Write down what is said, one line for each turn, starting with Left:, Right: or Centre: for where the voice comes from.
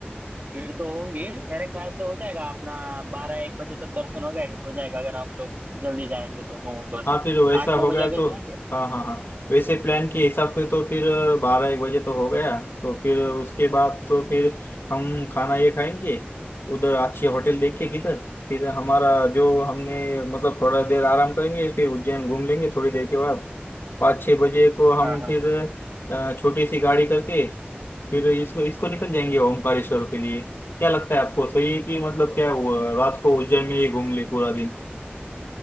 Right: भीड़ तो होंगी मेरे ख्याल से हो जाएगा अपना बारह एक बजे तक दर्शन हो गए हो जाएगा अगर हम लोग जल्दी जाएंगे तो नौ बस
Left: हाँ फिर वैसा
Right: आठ नौ
Left: हो
Right: बजे
Left: गया
Right: अगर
Left: तो
Right: जाएंगे
Left: हाँ हाँ हाँ वैसे प्लान के हिसाब से तो फिर बारह एक बजे तो हो गया तो फिर उसके बाद तो फिर हम खाना ये खाएंगे उधर अच्छे होटल देख के किधर फिर हमारा जो हमने मतलब थोड़ा देर आराम करेंगे फिर उज्जैन घूम लेंगे थोड़ी देर के बाद पाँच छः बजे को हम
Right: हाँ हाँ
Left: फिर
Right: हाँ
Left: अ, छोटी सी गाड़ी करके फिर इसको इसको निकल जाएंगे ओमकारेश्वर के लिए क्या लगता है आपको सही है कि मतलब क्या हुआ, रात को उज्जैन में ही घूम ले पूरा दिन